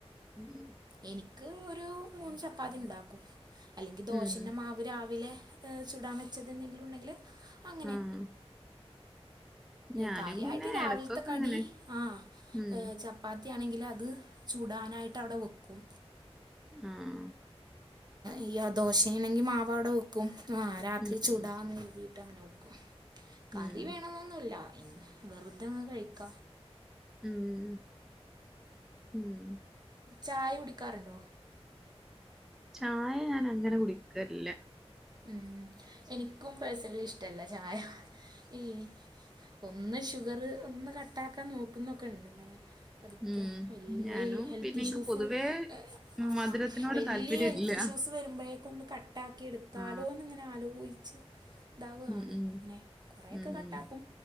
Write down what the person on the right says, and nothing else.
എനിക്ക് ഒരു മൂന്ന് ചപ്പാത്തി ഉണ്ടാക്കും അല്ലെങ്കിൽ ദോശ
മാവ് രാവിലെ ചുടാൻ വെച്ചത് എന്തെങ്കിലും ഉണ്ടെങ്കിൽ. അങ്ങനെ
കാര്യമായിട്ട്
രാവിലത്തെ
കടി
ആ
ചെ ചപ്പാത്തിയാണെങ്കിൽ അത് ചുടാനായിട്ട് അവിടെ വെക്കും
ഈ ദോശ ആണെങ്കിൽ മാവ് അവിടെ വെക്കും ആ രാത്രി
ചൂടാന്ന്
കര്തി. ങ്ങനെ വെക്കും കറി
വേണൊന്നുല്ല വെറുതെങ്ങ് കഴിക്ക.
ചായ കുടിക്കാറുണ്ടോ?
ഉം എനിക്കും പേഴ്സണലി ഇഷ്ടല്ല ചായ ഈ ഒന്ന് ഷുഗർ ഒന്ന് കട്ടാക്കാൻ നോക്കുന്നൊക്കെ ഉണ്ട് ഇങ്ങനെ പതുക്കെ
വെല്ല്യ
ഹെൽത്ത്
ഇഷ്യൂസ്
ഏ ആ
വെല്ല്യ
Health
issues. വരുമ്പോഴേക്കും ഒന്ന് കട്ടാക്കി എടുത്താലോ
ന്ങ്ങനെ ആലോയച്ച്. ദാവാണ്
ഇങ്ങനെ കുറെേയൊക്കെ
കട്ടാക്കും